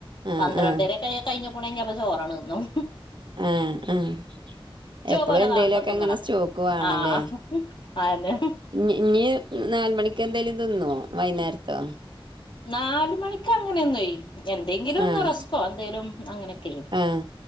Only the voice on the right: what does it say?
ആഹ്
ആഹ്
ഏഹ് എഹ് എപ്പളും
എന്തേലൊക്കെ
ങ്ങനെ സ്റ്റോക്ക് വേണല്ലേ
ഇന്നി ഇന്നി നാല് മണിക്ക് എന്തേലും തിന്ന്യോ വൈന്നേര്ത്തോ
ആഹ്
ആഹ്